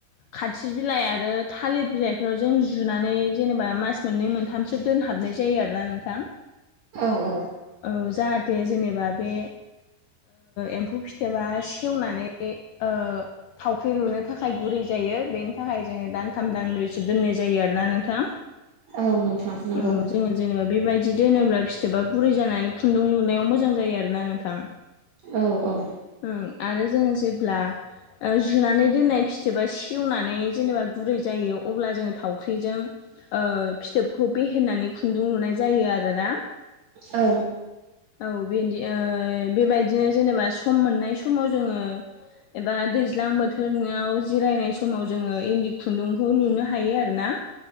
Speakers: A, on the left; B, on the right.
A: खाथ्रि बिलाइ आरो थालिद बिलाइफोराव जों उ जुनानै जेनेबा मास मोननै मोनथामसो दोनहाबनाय जायो आरोना नोंथां।
B: औ औ।
A: औ जाहाथे जेनेबा ओ बे एम्फौ फिथोबा सेवनानै बे ओ थावख्रि लुनो थाखाय गुरै जायो बेनि थाखाय जोङो दानथाम दानब्रैसो दोननाय जायो आरोना नोंथां।
B: औ नोंथां नंगौ।
A: औ जोङो जेनेबा बेबायदि दोनोब्ला फिथोबा गुरै जानानै खुन्दुं लुनायाव मोजां जायो आरो ना नोंथां।
B: औ औ।
A: ओं आरो जोङो जेब्ला ओ जुनानै दोननाय फिथोबा सेवनानै जेनेबा गुरै जायो अब्ला जोङो थावख्रिजों ओ फिथोबखौ बेहेनानै खुन्दुं लुनाय जायो आरोना।
B: औ।
A: औ बेन्दि ओ बेबायदिनो जेनेबा सम मोननाय समाव जोङो एबा दैज्लां बोथोरनङाव जिरायनाय समाव जोङो इन्दि खुन्दुंखौ नुनो हायो आर ना